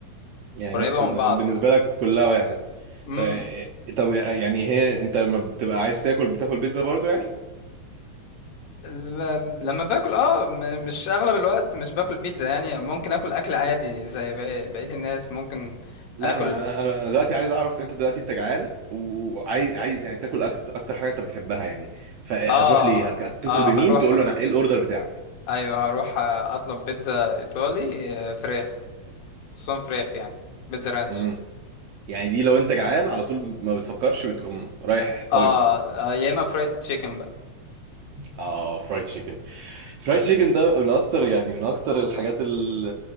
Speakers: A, on the right; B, on the left.
A: يعني
B: قريبه
A: نفس بالنسبة
B: من بعض
A: لك كلها واحد
B: امم
A: طيب طب يعني هي انت لما بتبقى عايز تاكل بتاكل بيتزا برضو يعني
B: ال- لما باكل اه م- مش اغلب الوقت مش باكل بيتزا يعني ممكن اكل اكل عادي زي بقية بقية الناس ممكن
A: لا
B: اكل
A: ما انا انا دلوقتي عايز اعرف انت دلوقتي انت جعان وعايز عايز يعني تاكل أك- اكتر حاجة انت بتحبها يعني فهتروح
B: اه
A: ليه هت- هتتصل
B: اه
A: بمين
B: هروح
A: تقول له انا ايه الاوردر بتاعك
B: ايوه هروح اطلب بيتزا ايطالي آه، فراخ خصوصا فراخ يعني بيتزا رانش
A: امم يعني دي لو انت جعان على طول ما بتفكرش بتقوم رايح
B: اه
A: طالب دي
B: آه، يا اما فرايد تشيكن بقى
A: اه فرايد تشيكن فرايد تشيكن ده من اكتر يعني من اكتر الحاجات ال-